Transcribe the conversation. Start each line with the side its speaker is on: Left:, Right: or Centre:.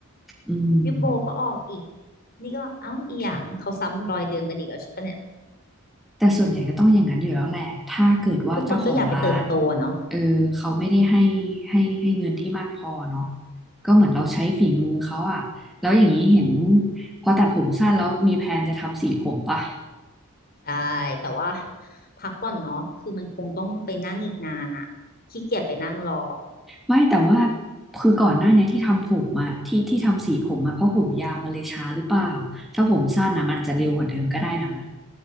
Centre: อืม
Left: พี่โบก็ออกอีกนี่ก็เอ้าอีหยังเขาซ้ำรอยเดิมกันอีกแล้วใช่ปะเนี่ย
Centre: แต่ส่วนใหญ่ก็ต้องอย่างนั้นอยู่แล้วแหละ ถ้าเกิดว่าเจ้าของร้าน
Left: ทุกคนก็อยากไปเติบโตอะเนาะ
Centre: เออเขาไม่ได้ให้ให้ให้เงินที่มากพอเนาะก็เหมือนเราใช้ฝีมือเขาอ่ะแล้วอย่างนี้เห็นพอตัดผมสั้นแล้วมีแพลนจะทำสีผมปะ
Left: ใช่แต่ว่าพักก่อนเนาะคือมันคงต้องไปนั่งอีกนานอะขี้เกียจไปนั่งรอ
Centre: ไม่แต่ว่าคือก่อนหน้าเนี้ยที่ทำผมอะที่ที่ทำสีผมอะเพราะผมยาวมันเลยช้าหรือเปล่าถ้าผมสั้นนะมันอาจจะเร็วกว่าเดิมก็ได้นะ